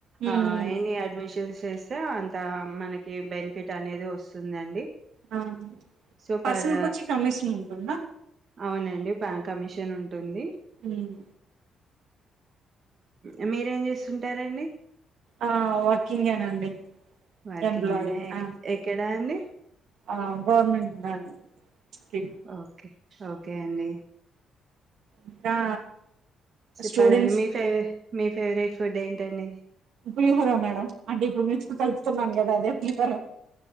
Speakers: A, on the right (about 75°); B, on the right (about 45°).
A: ఉమ్
B: ఆ ఎన్ని అడ్మిషన్స్ చేస్తే అంత మనకి బెనిఫిట్ అనేది వస్తుందండి
A: ఆ
B: సో
A: పర్సన్
B: పర్
A: కొచ్చి కమిషన్ ఉంటుందా
B: అవునండి కమిషన్ ఉంటుంది
A: ఉమ్
B: ఉ మీరేం చేస్తుంటారండి
A: ఆ వర్కింగేనండి
B: వర్కింగ్
A: ఎంప్లాయీ
B: అనే
A: ఆ
B: ఎక్కడా అండి
A: ఆ గవర్నమెంట్ దనీ కి
B: ఓకే ఓకే అండి
A: ఇంకా
B: చెప్పాలండి
A: స్టూడెంట్స్
B: మీ ఫేవరే మీ ఫేవరెట్ ఫుడ్ ఏంటండి
A: పులిహోర మేడం అంటే ఇప్పుడు మీ చూ కలుస్తున్నాను కదా అదే పులిహోర